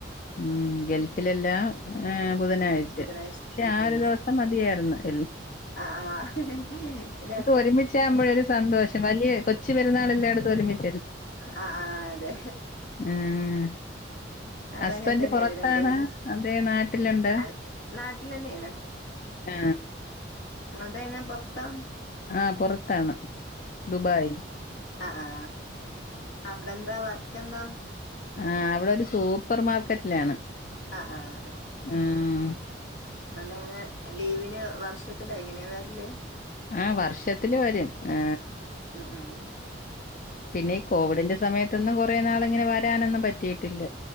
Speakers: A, on the left (about 45°); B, on the left (about 65°).
A: ഉം- ഗൾഫിലെല്ലാം ഏ
B: ഉം
A: ബുധനാഴ്ച
B: ഉം
A: പക്ഷെ
B: ഉം
A: ആ
B: ഉം
A: ഒരു ദെവസം മതിയാര്ന്ന് എല്
B: ആഹ് ആഹ് രൺ
A: ഒരുമിച്ച ആകുമ്പോഴൊരു സന്തോഷം വലിയ കോ- കൊച്ച് പെരുന്നാൾ എല്ലടത്തും ഒരുമിച്ച് -
B: ആഹ ആ അതെ
A: ആഹ്
B: അതങ്ങനെ
A: ഹസ്ബൻഡ്
B: തന്നെയാണ്
A: പുറത്താണ്
B: രണ്ടും ഒരുമിച്ച്
A: അത നാട്ടിലുണ്ട്
B: അൽ നാട്ടിൽ തന്നെയാണ്
A: ആ
B: അതേനെ പൊ ർത്താ
A: ആഹ പുറത്താണ് ദുബായിൽ
B: ആ ആ അവിടെന്താ വർ കന്താ
A: ആ അവിടെ ഒരു സൂപ്പർ മാർക്കറ്റിലാണ്
B: ആഹ ആഹ്
A: ആഹ്
B: അണ്ട അങ്ങനെ ലീവിന് വർഷത്തില എങ്ങനെയ വരല്
A: ആ വർഷത്തില് വരും ആ
B: ആഹ
A: പിന്നെ ഈ കോവിഡിന്റെ സമയത്ത് അന്നും കുറേ നാള ഇങ്ങനെ വരാനൊന്നും പറ്റിട്ടില്ല